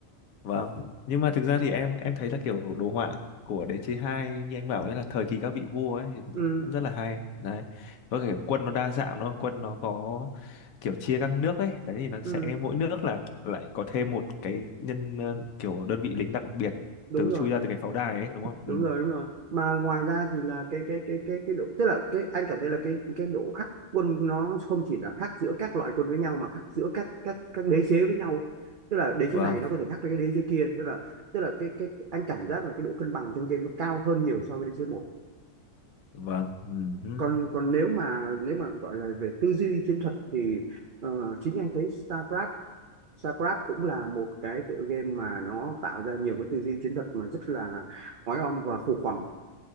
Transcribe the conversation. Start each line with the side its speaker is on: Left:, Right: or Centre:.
Left: vâng nhưng mà thực ra thì em em thấy là kiểu đồ họa của Đế chế 2 như anh bảo đấy là thời kỳ các vị vua ấy thì
Right: ừ,
Left: cũng rất là hay đấy với cả quân nó đa dạng nó quân nó có kiểu chia các nước ấy đấy thì nó
Right: ừ,
Left: sẽ mỗi nước là lại có thêm một cái nhân ờ, kiểu đơn vị lính đặc biệt
Right: đúng
Left: từ
Right: rồi
Left: chui ra từ cái pháo đài ấy đúng không
Right: đúng
Left: ừ.
Right: rồi đúng rồi mà ngoài ra thì là cái cái cái cái cái độ tức là cái anh cảm thấy là cái cái độ khác quân nó không chỉ là khác giữa các loại quân với nhau mà khác giữa các các các đế chế với nhau tức là đế chế
Left: vâng
Right: này nó có thể khác với cái đế chế kia tức là tức là cái cái anh cảm giác là cái độ cân bằng trong game nó cao hơn nhiều so với đế chế một
Left: vâng ừ. hứ,
Right: còn còn nếu mà nếu mà gọi là về tư duy chiến thuật thì ờ, chính anh thấy StarCraft StarCraft cũng là một cái tựa game mà nó tạo ra nhiều cái tư duy chiến thuật mà rất là oái oăm và khủng hoảng